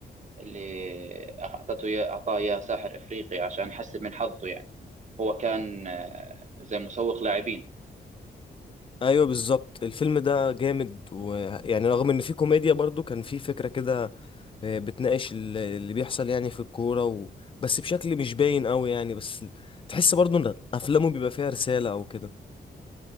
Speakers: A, on the right; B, on the left.
A: اللي أعطته إياه- أعطاه إياه ساحر إفريقي عشان يحسن من حظه يعني هو كان آه، زي مسوق لاعبين
B: ايوه بالظبط الفيلم ده جامد ويعني رغم ان فيه كوميديا برضو كان فيه فكرة كده آه، بتناقش ال- اللي بيحصل يعني في الكورة و... بس بشكل مش باين قوي يعني بس تحس برضو ان افلامه بيبقى فيها رسالة او كده